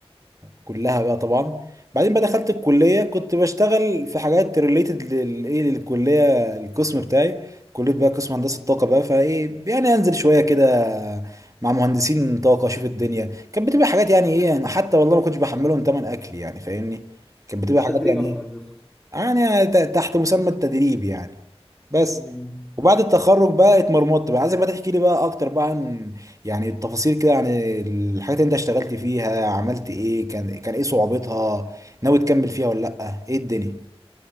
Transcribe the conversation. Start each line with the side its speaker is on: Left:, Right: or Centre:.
Right: كلها بقى طبعا بعدين بقى دخلت الكليه كنت بشتغل في حاجات ريليتد للايه للكليه القسم بتاعي كليه بقى قسم هندسه طاقه بقى فايه يعني انزل شويه كده مع مهندسين طاقه اشوف الدنيا كانت بتبقى حاجات يعني ايه يعني حتى والله ما كنتش بحملهم تمن اكل يعني فاهمني كانت بتبقى
Centre: تبقى
Right: حاجات
Centre: تدريب
Right: يعني
Centre: اكتر
Right: ايه
Centre: بس
Right: يعني ت- تحت مسمى التدريب يعني بس
Centre: مم.
Right: وبعد التخرج بقى اتمرمطت بقى عايزك بقى تحكي لي بقى اكتر بقى عن يعني التفاصيل كده عن الحاجات اللي انت اشتغلت فيها عملت ايه كان كان ايه صعوبتها ناوي تكمل فيها ولا لا ايه الدنيا